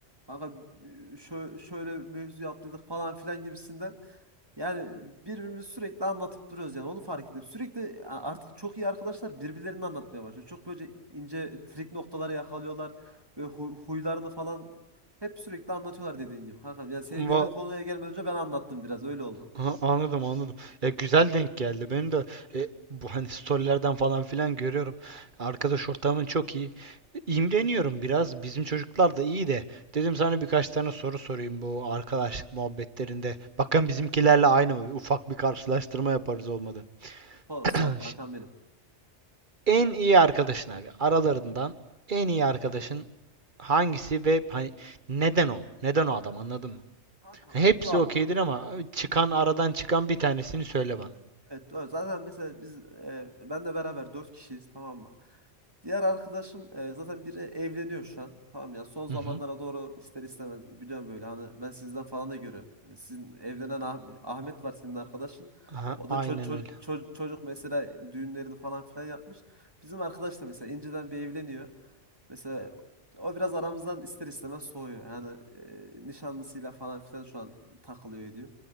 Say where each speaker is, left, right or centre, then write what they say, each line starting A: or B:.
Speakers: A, on the right; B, on the right.
A: kanka şöyle, şöyle mevzu yaptıydık falan filan gibisinden yani birbirimizi sürekli anlatıp duruyoruz yani onu fark ettim. Sürekli a- artık çok iyi arkadaşlar birbirlerini anlatmaya başlıyor. Çok böyle ince trik noktaları yakalıyorlar ve huy- huylarını falan hep sürekli anlatıyorlar dediğin gibi. Kankam yani senin dediğin
B: Va-
A: konuya gelmeden önce ben anlattım biraz öyle oldu.
B: ha, anladım anladım. Ya güzel denk geldi. Benim de e, bu hani storylerden falan filan görüyorum. Arkadaş ortamın çok iyi. E, İmreniyorum biraz. Bizim çocuklar da iyi de. Dedim sana birkaç tane soru sorayım bu arkadaşlık muhabbetlerinde. Bakın bizimkilerle aynı mı? Ufak bir karşılaştırma yaparız olmadı.
A: Sor, sor
B: <laughs>
A: kankam benim.
B: en iyi arkadaşın Aralarından en iyi arkadaşın hangisi ve hani neden o? Neden o adam anladın mı?
A: Kankam
B: Hani hepsi
A: niye o adam?
B: okeydir ama çıkan aradan çıkan bir tanesini söyle bana.
A: Evet, doğru. zaten mesela biz e, benle beraber dört kişiyiz tamam mı? Diğer arkadaşım e, zaten biri evleniyor şu an. Tamam ya son zamanlara
B: Hı hı.
A: doğru ister istemez biliyorum böyle hani ben sizden falan da görüyorum. E, Sizin evlenen Ah- Ahmet var senin arkadaşın.
B: Aha,
A: O
B: aynen
A: da ço- ço-
B: öyle.
A: ço- çocuk mesela düğünlerini falan filan yapmış. Bizim arkadaş da mesela inceden bir evleniyor. Mesela o biraz aramızdan ister istemez soğuyor. Yani e, nişanlısıyla falan filan şu an takılıyor ediyor.